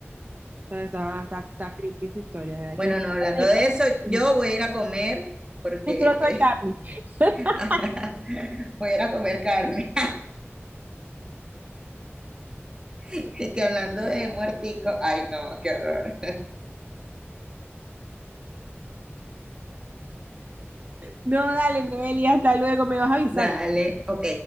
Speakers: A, on the right; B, on the right.
A: no. Está, está, está, está creepy esa historia. ¿Verdad? Hay
B: Bueno,
A: que...
B: no, hablando de eso,
A: <laughs>
B: yo voy a ir a comer porque
A: Un trozo de carne. <laughs>
B: <laughs> voy a ir a comer carne. <laughs> y que hablando de muertico, ay no, qué horror.
A: No, dale, Noelia, hasta luego, me vas avisando.
B: Dale, ok,